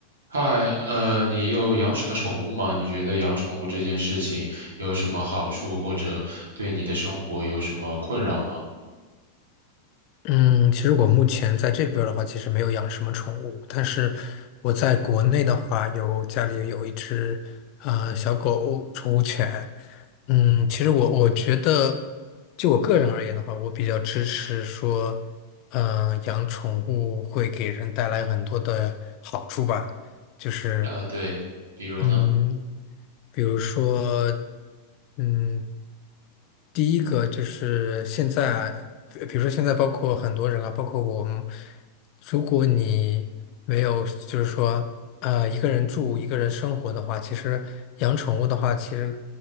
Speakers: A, on the right; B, on the left.
A: 嗨，呃，你有养什么宠物吗？你觉得养宠物这件事情有什么好处，或者对你的生活有什么困扰吗？
B: 嗯，其实我目前在这边儿的话，其实没有养什么宠物，但是我在国内的话，有家里有一只呃小狗宠物犬。嗯，其实我我觉得，就我个人而言的话，我比较支持说，嗯、养宠物会给人带来很多的好处吧，就是
A: 呃，对，比如呢？
B: 嗯，比如说。嗯，第一个就是现在，呃比如说现在包括很多人啊，包括我们，如果你没有就是说呃一个人住一个人生活的话，其实养宠物的话，其实